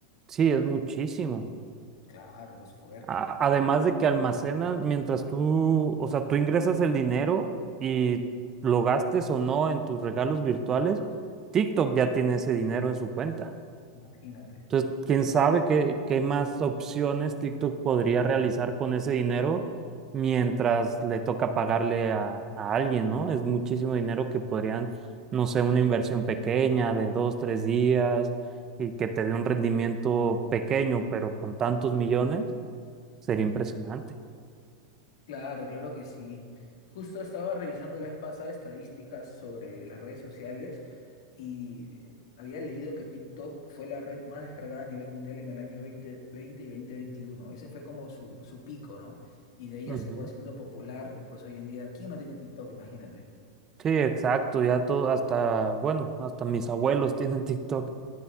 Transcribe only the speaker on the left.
Claro, es fuerte.
Imagínate.
Claro, claro que sí. Justo estaba revisando la vez pasada estadísticas sobre las redes sociales y eh, había leído que TikTok fue la red más descargada a nivel mundial en el año 2020 y 2021. Ese fue como su, su pico, ¿no? Y de ella
se fue haciendo popular y pues hoy en día, ¿quién no tiene TikTok? Imagínate.